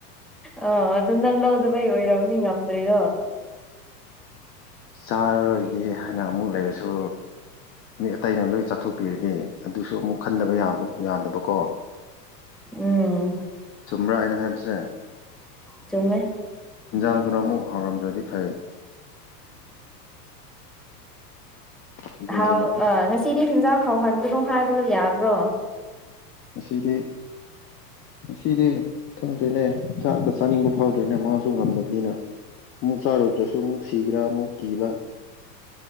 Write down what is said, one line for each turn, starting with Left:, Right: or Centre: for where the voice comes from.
Centre: ꯑ ꯑꯗꯨꯝ ꯅꯪ ꯂꯧꯗꯕꯩ ꯑꯣꯏꯔꯧꯅꯤ ꯉꯝꯗ꯭ꯔꯤꯗꯣ
Left: ꯆꯥꯔꯣꯏꯒꯦ ꯍꯥꯏꯅ ꯑꯃꯨꯛ ꯂꯩꯔꯁꯨ ꯃꯤ ꯑꯇꯩꯅ ꯂꯣꯏ ꯆꯥꯊꯣꯛ ꯄꯤꯔꯅꯤ ꯑꯗꯨꯁꯨ ꯑꯃꯨꯛ ꯈꯟꯗꯕ ꯌꯥ ꯌꯥꯗꯕꯀꯣ
Centre: ꯎꯝ
Left: ꯆꯨꯝꯕ꯭ꯔꯥ ꯑꯩꯅ ꯍꯥꯏꯕꯁꯦ
Centre: ꯆꯨꯝꯃꯦ
Left: ꯏꯟꯖꯥꯡꯗꯨꯅ ꯑꯃꯨꯛ ꯍꯥꯎꯔꯝꯗ꯭ꯔꯗꯤ ꯐꯩ ꯑꯗꯨꯒꯤ
Centre: ꯍꯥꯎ
Left: ꯑꯩꯅ ꯑꯁ
Centre: ꯑ ꯁꯤꯗꯤ ꯍꯤꯟꯖꯥꯡ ꯍꯥꯎꯍꯟꯒꯅꯨ ꯍꯥꯏꯕ ꯌꯥꯗ꯭ꯔꯣ
Left: ꯉꯁꯤꯗꯤ ꯉꯗꯤ ꯈꯪꯗ꯭ꯔꯦꯅꯦ ꯆꯥꯛꯇ ꯆꯥꯅꯤꯡꯕ ꯐꯥꯎꯗ꯭ꯔꯦꯅꯦ ꯃꯥꯁꯨ ꯉꯝꯗꯕꯅꯤꯅ ꯑꯃꯨꯛ ꯆꯥꯔꯨꯗ꯭ꯔꯁꯨ ꯑꯃꯨꯛ ꯁꯤꯈ꯭ꯔꯥ ꯑꯃꯨꯛ ꯀꯤꯕ